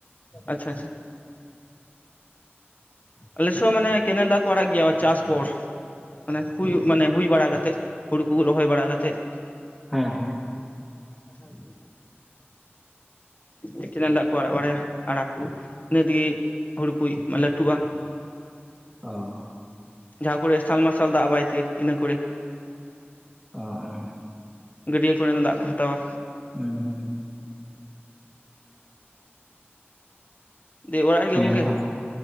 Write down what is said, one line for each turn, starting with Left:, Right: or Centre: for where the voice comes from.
Left: ᱟᱪᱪᱷᱟ ᱟᱪᱪᱷᱟ ᱟᱞᱮ ᱥᱮᱫ ᱦᱚᱸ ᱢᱟᱱᱮ ᱠᱮᱱᱮᱞ ᱫᱟᱜ ᱠᱚ ᱟᱲᱟᱜ ᱜᱮᱭᱟ ᱪᱟᱥ ᱯᱚᱨ᱾ ᱢᱟᱱᱮ ᱦᱩᱭᱩᱜ ᱢᱟᱱᱮ ᱦᱩᱭ ᱵᱟᱲᱟ ᱠᱟᱛᱮᱫ ᱦᱩᱲᱩ ᱠᱚᱠᱚ ᱨᱚᱦᱚᱭ ᱵᱟᱲᱟ ᱠᱟᱛᱮᱫ
Centre: ᱦᱚᱸ
Left: <unintelligible> ᱮ ᱠᱮᱱᱮᱞ ᱫᱟᱜ ᱠᱚ ᱟᱲᱟᱜ ᱵᱟᱲᱟᱭᱟ ᱟᱲᱟᱜ ᱠᱚ ᱤᱱᱟᱹ ᱛᱮᱜᱮ ᱦᱩᱲᱩ ᱠᱩᱭᱤᱡ ᱢᱟ ᱞᱟᱹᱴᱩᱜ-ᱟ᱾
Centre: ᱚᱻ
Left: ᱡᱟᱦᱟᱸ ᱠᱚᱨᱮ ᱥᱟᱞᱢᱟᱨᱥᱟᱞ ᱫᱟᱜ ᱵᱟᱭ ᱛᱤᱭᱟᱹᱜ ᱤᱱᱟᱹ ᱠᱚᱨᱮ
Centre: ᱚᱻ
Left: ᱜᱟᱹᱰᱭᱟᱹ ᱠᱚᱨᱮᱱᱟᱜ ᱫᱟᱜ ᱠᱚ ᱦᱟᱛᱟᱣᱟ᱾
Centre: ᱦᱩᱸ ᱦᱩᱸ
Left: ᱫᱮ ᱚᱲᱟᱜ ᱨᱮ ᱜᱮ
Centre: ᱦᱮᱸ
Left: ᱜᱚᱢᱠᱮ
Centre: ᱛᱚ